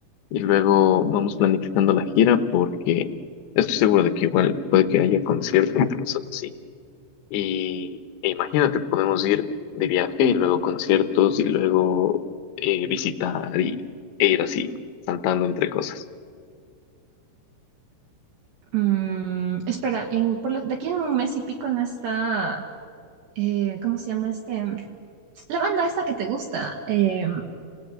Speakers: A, on the left; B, on the right.
A: y luego vamos planificando la gira porque estoy seguro de que igual puede que haya conciertos y cosas así. Y e imagínate, podemos ir de viaje y luego conciertos y luego eh, visitar y, e ir así, saltando entre cosas.
B: Mm, espera, en, por lo- de aquí en un mes y pico no está, eh, ¿cómo se llama este? La banda esta que te gusta, eh,